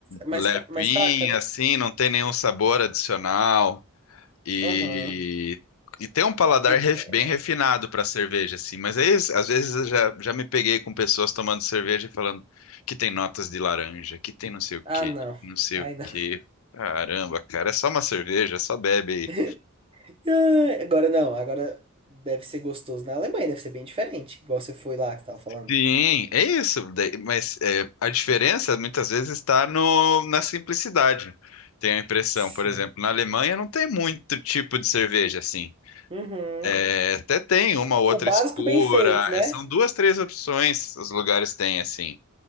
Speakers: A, on the right (about 25°); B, on the left (about 70°).
A: Mais,
B: levinha,
A: fra- mais fraca, né?
B: assim, não tem nenhum sabor adicional. E,
A: Aham.
B: e tem um paladar
A: É, é-
B: ref- bem refinado para cerveja, assim. Mas aí, às vezes eu já, já me peguei com pessoas tomando cerveja e falando que tem notas de laranja, que tem não sei o
A: Ah,
B: quê,
A: não.
B: que não sei
A: Ai,
B: o
A: não.
B: quê. Caramba, cara, é só uma cerveja, só bebe aí.
A: <laughs> Ah, Agora não, agora deve ser gostoso na Alemanha, deve ser bem diferente, igual você foi lá que você tava falando.
B: Sim, é isso. Daí- Mas é, a diferença muitas vezes está no, na simplicidade. Tenho a impressão,
A: Sim.
B: por exemplo, na Alemanha não tem muito tipo de cerveja assim.
A: Uhum.
B: É, até tem uma ou outra
A: O básico
B: escura.
A: bem feito, né?
B: É, são duas, três opções os lugares têm assim.